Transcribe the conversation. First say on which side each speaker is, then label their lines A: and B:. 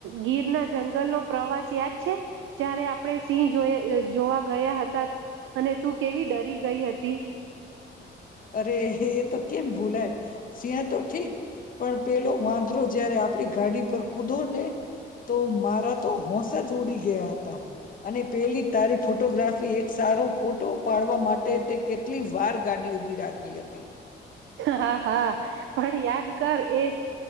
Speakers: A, on the right; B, on the left.
A: ગીર ના જંગલનો પ્રવાસ યાદ છે જ્યારે આપણે સિંહ જો જોવા ગયા હતા અને તું કેવી ડરી ગઈ હતી
B: અરે એ તો કેમ ભૂલાય સિહ તો ઠીક પણ પેલો વાંદરો જયારે આપણી ગાડી પર કૂદો ને તો મારા તો હોંશ જ ઉડી ગયા ઘેયા હતા. અને પેલી તારી ફોટોગ્રાફી એક સારો ફોટો પાડવા માટે તે કેટલી વાર ગાડી ઉ. રાખી હતી.
A: હા હા પણ યાદ કર એ